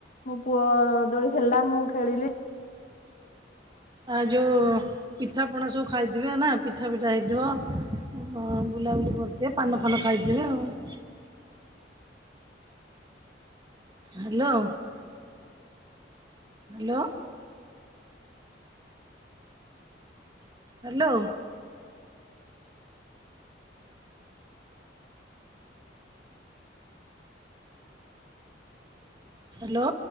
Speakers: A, on the left; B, on the right.
A: ମୋ ପୁଅ ଦୋଳି ଖେଳିଲା ମୁଁ ଖେଳିଲି।
B: ଆଉ ଯୋଉ ପିଠାପଣା ସବୁ ଖାଇଥିବେ ନା ପିଠା ପିଠା ହେଇଥିବ। ହଁ ବୁଲାବୁଲି କରିଥିବେ ପାନ ଫାନ ଖାଇଥିବେ ଆଉ। ହେଲୋ। ହେଲୋ। ହେଲୋ। ହେଲୋ।